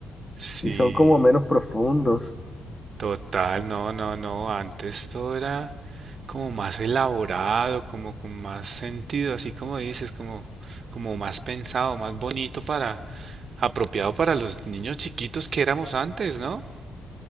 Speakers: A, on the right; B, on the left.
A: Sí,
B: y son como menos profundos.
A: total, no, no, no, antes todo era como más elaborado, como con más sentido, así como dices, como, como más pensado, más bonito para, apropiado para los niños chiquitos que éramos antes, ¿no?